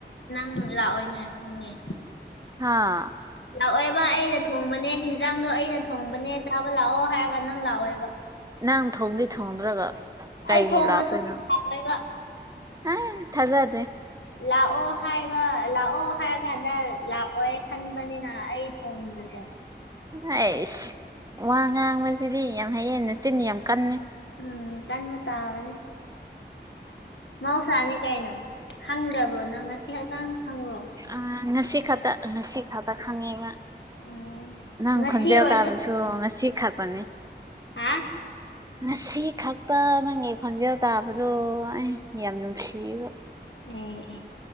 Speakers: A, on the left (about 80°); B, on the right (about 20°).
A: ꯅꯪ ꯂꯥꯛꯑꯣꯏꯅꯦ ꯈꯪꯉꯦ
B: ꯍꯥꯥ
A: ꯂꯥꯛꯑꯣꯏꯕ ꯑꯩꯅ ꯊꯣꯡꯕꯅꯦ ꯌꯦꯟꯖꯥꯡꯗꯣ ꯑꯩꯅ ꯊꯣꯡꯕꯅꯦ ꯆꯥꯕ ꯂꯥꯛꯑꯣ ꯍꯥꯏꯔꯒ ꯅꯪ ꯂꯥꯛꯑꯣꯏꯕ
B: ꯅꯪ ꯊꯣꯡꯗꯤ ꯊꯣꯡꯗ꯭ꯔꯒ ꯀꯩꯒꯤ
A: ꯑꯩ ꯊꯣꯡꯉꯁꯨ
B: ꯂꯥꯛꯇꯨꯏꯅꯣ
A: ꯂꯥꯛꯑꯣꯏꯕ
B: ꯑꯥ ꯊꯖꯥꯗꯔꯦ
A: ꯂꯥꯛꯑꯣ ꯍꯥꯏꯕ ꯂꯥꯛꯑꯣ ꯍꯥꯏꯔꯀꯥꯟꯗ ꯂꯥꯛꯑꯣꯏ ꯈꯟꯕꯅꯤꯅ ꯑꯩ ꯊꯣꯡꯗꯅꯦꯕ
B: ꯍꯁ ꯋꯥ ꯉꯥꯡꯕꯁꯤꯗꯤ ꯌꯥꯝ ꯍꯩꯌꯦ ꯆꯤꯤꯟ ꯌꯥꯝ ꯀꯟꯅꯦ
A: ꯎꯝ ꯀꯟꯃ ꯇꯅꯤ ꯃꯍꯧꯁꯥꯅꯤ ꯀꯩꯅꯣ ꯈꯪꯗꯕ꯭ꯔꯣ ꯅꯪ ꯉꯁꯤ ꯍꯛꯇꯥꯡ ꯈꯪꯕ꯭ꯔꯣ
B: ꯑ ꯉꯁꯤ ꯈꯛꯇ ꯉꯁꯤ ꯈꯇ ꯈꯪꯉꯦꯕ
A: ꯎꯝ
B: ꯅꯪ
A: ꯉꯁꯤ
B: ꯈꯣꯟꯖꯦꯜꯦꯜ
A: ꯑꯣꯏꯔꯁꯨ
B: ꯇꯥꯗꯁꯨ ꯉꯁꯤ ꯈꯥꯛꯄꯅꯤ
A: ꯍꯥ
B: ꯉꯁꯤ ꯈꯛꯇ ꯅꯪꯒꯤ ꯈꯣꯟꯖꯦꯜ ꯇꯥꯕꯗꯣ ꯑꯩ ꯌꯥꯝ ꯅꯨꯡꯁꯤꯕ
A: ꯑꯣ